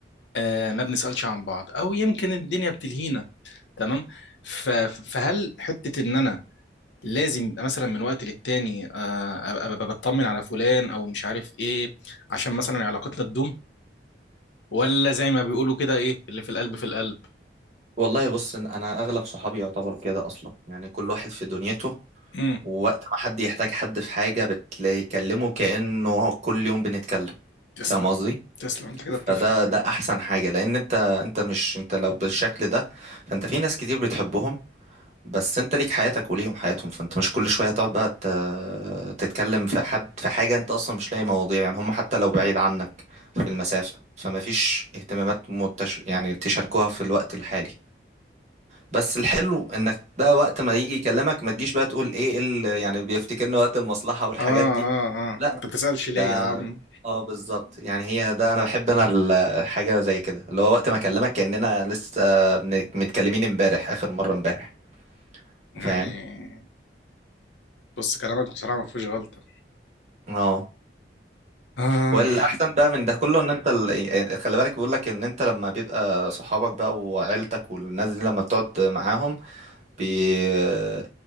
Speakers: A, on the left (about 85°); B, on the right (about 40°).
A: آه ما بنسالش عن بعض او يمكن الدنيا بتلهينا تمام ف- فهل حته ان انا لازم يبقى مثلا من وقت للتاني آه، ابقى أبقى بطمن على فلان او مش عارف ايه عشان مثلا علاقتنا تدوم ولا زي ما بيقولوا كده ايه اللي في القلب في القلب
B: والله بص إن انا اغلب صحابي يعتبر كده اصلا يعني كل واحد في دنيته
A: امم
B: ووقت ما حد يحتاج حد في حاجة بتلاقي يكلمه كأنه هو كل يوم بنتكلم
A: تسلم
B: فاهم قصدي
A: تسلم انت كده
B: فده
A: بتفهم
B: ده احسن حاجة لان انت انت مش انت لو بالشكل ده فانت في ناس كتير بتحبهم بس انت ليك حياتك وليهم حياتهم فانت مش كل شوية تقعد بقى ت- تتكلم في حد في حاجة انت اصلا مش لاقي مواضيع يعني هم حتى لو بعيد عنك في المسافة فما فيش اهتمامات متش... يعني تشاركوها في الوقت الحالي بس الحلو انك بقى وقت ما يجي يكلمك ما تجيش بقى تقول ايه ال... يعني بيفتكرني وقت المصلحة والحاجات
A: اه
B: دي
A: اه اه
B: لا
A: انت بتسألش ليه
B: ده
A: يا عم
B: اه بالظبط يعني هي ده انا بحب انا الحاجة زي كده اللي هو وقت ما اكلمك كأننا لسه بن- متكلمين امبارح اخر مرة امبارح
A: يعني
B: فاهم
A: بص كلامك بصراحة ما فيهوش غلطة
B: اه
A: آه.
B: والاحسن
A: <coughs>
B: بقى من ده كله ان انت ال... يعني خلي بالك بيقول لك ان انت لما بيبقى صحابك بقى وعيلتك والناس دي لما بتقعد معاهم بي... آه،